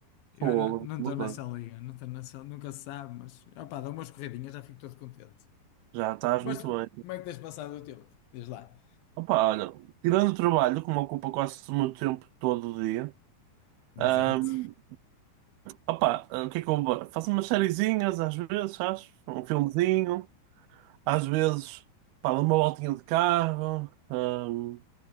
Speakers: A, on the left; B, on the right.
A: Eu
B: Fogo,
A: não não
B: uma
A: estou nessa
B: coisa.
A: liga, não estou nessa, nunca se sabe, mas opá, dou umas corridinhas, já fico todo contente.
B: Já estás
A: Mas
B: muito
A: como
B: bem.
A: é que tens passado o tempo? Diz lá.
B: Opa, olha, tirando o trabalho, que me ocupa quase o meu tempo todo o dia,
A: Exato,
B: hum, opa, eh, o que é que eu vou- faço umas sériezinhas às vezes, sabes? Um filmezinho, às vezes, pá, dou uma voltinha de carro, hum,